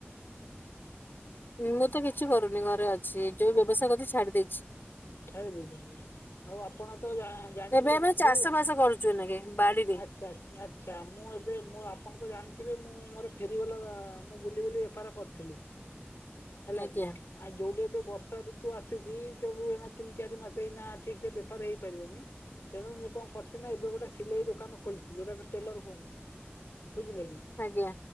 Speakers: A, on the left (about 55°); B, on the left (about 85°).
A: ମୁଁ ତ କିଛି କରୁନି ଘରେ ଅଛି ଯୋଉ ବ୍ୟବସାୟ କରିଥିଲି ଛାଡି ଦେଇେଚି।
B: ଛାଡ଼ି ଦେଇଥାନ୍ତି ଆଉ ଆପଣ ତ ଜା-ଜାଣିଥିଲେ
A: ଏବେ ଆମେ
B: ବନ୍ଧୁ
A: ଚାଷ ବାସ କରୁଛୁ ଏନାକେ ବାଡିରେ
B: ଆଚ୍ଛା ଆ ଆଚ୍ଛା ମୁଁ ଏବେ ମୁଁ ଆପଣ ତ ଜାଣି ଥିବେ ମୁଁ ମୋର ଫେରିବଲା ମୁଁ ବୁଲି ବୁଲି ବେପାର କରିଥିଲି। ହେଲା
A: ଆଜ୍ଞା
B: କି ଆଉ ଯୋଉଠି ଏବେ ବର୍ଷା ଋତୁ ଆ ସୁଚି <unintelligible> ତିନି ଚାରି ମାସ ଏଇନା ଠିକ୍ ସେ ବେପାର ହେଇ ପାରିବନି ତେଣୁ ମୁଁ କଣ କରୁଚିନା ଏଇ ଯୋଉ ଗୋଟେ ସିଲେଇ ଦୋକାନ ଖୋଲଚି ଯୋଉଟା କି ଟେଲର କୁହନ୍ତି। ବୁଝିଲ କି?
A: ଆଜ୍ଞା।